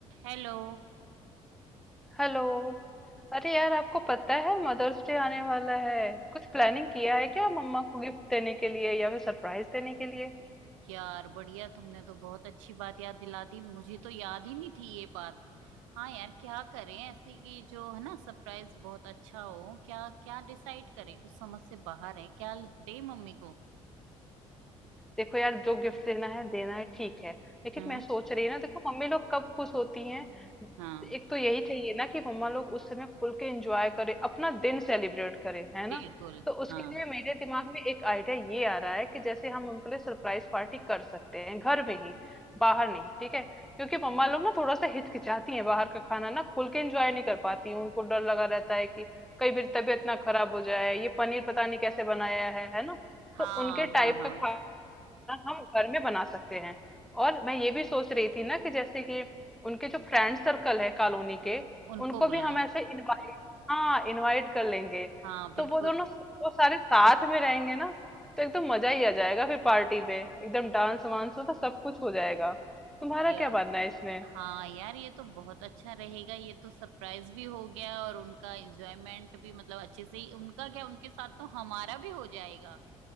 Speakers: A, on the right; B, in the centre.
A: हेलो
B: Hello अरे यार आपको पता है मदर्स डे आने वाला है कुछ प्लानिंग
A: हाँ,
B: किया है क्या मम्मा को गिफ्ट देने के लिए या फिर सरप्राइज देने के लिए
A: यार बढ़िया तुमने तो बहुत अच्छी बात याद दिला दी मुझे तो याद ही नहीं थी ये बात हाँ यार क्या करें ऐसे कि जो है ना सरप्राइज बहुत अच्छा हो क्या क्या डिसाइड करें कुछ समझ से बाहर है क्या दे मम्मी को
B: देखो यार जो गिफ्ट देना है देना है ठीक है लेकिन
A: हम्म
B: मैं सोच रही हूँ ना देखो मम्मी लोग कब खुश होती हैं
A: हाँ
B: एक तो यही चाहिए ना कि मम्मा लोग उस समय खुल के एंजॉय करें अपना दिन सेलिब्रेट करें है
A: बिल्कुल
B: ना तो उसके
A: हाँ
B: लिए मेरे दिमाग में एक आइडिया ये आ रहा है कि जैसे हम उनके लिए सरप्राइज पार्टी कर सकते हैं घर में ही बाहर नहीं ठीक है क्योंकि मम्मा लोग ना थोड़ा सा हिचकिचाती हैं बाहर का खाना ना खुल के एंजॉय नहीं कर पाती हैं। उनको डर लगा रहता है कि कई बार तबीयत ना खराब हो जाए ये पनीर पता नहीं कैसे बनाया है है ना
A: हाँ
B: तो उनके
A: हाँ
B: टाइप
A: हाँ
B: का खा ना हम घर में बना सकते हैं और मैं ये भी सोच रही थी ना कि जैसे कि उनके जो फ्रेंड सर्कल है कॉलोनी के
A: उनको
B: उनको
A: बुलाएं
B: भी हम ऐसे इनवाइट हाँ इनवाइट कर लेंगे
A: हाँ बिल्कुल
B: तो वो दोनों वो सारे साथ में रहेंगे ना तो एकदम मजा ही आ जाएगा फिर पार्टी में एकदम डांस वांस हो तो सब कुछ हो जाएगा तुम्हारा
A: या
B: क्या मानना है इसमें
A: हाँ यार ये तो बहुत अच्छा रहेगा ये तो सरप्राइज भी हो गया और उनका एंजॉयमेंट भी मतलब अच्छे से ही उनका क्या उनके साथ तो हमारा भी हो जाएगा